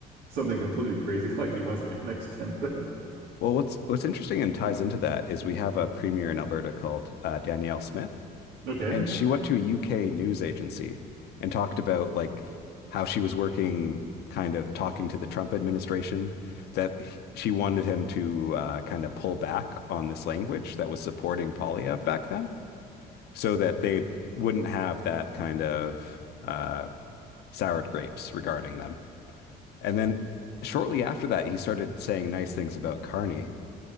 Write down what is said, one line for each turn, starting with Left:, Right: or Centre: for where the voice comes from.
Right: something completely crazy <laughs> like he wants to annex Canada?
Left: Well, what's what's interesting and ties into that is we have a premier in Alberta called uh, Danielle Smith,
Right: Okay.
Left: And she went to a UK news agency and talked about like how she was working, kind of talking to the Trump administration, that he- she wanted him to uh, kind of pull back on this language that was supporting Polyev back then, so that they wouldn't have that kind of uh, soured grapes regarding them. And then shortly after that, he started saying nice things about Carney.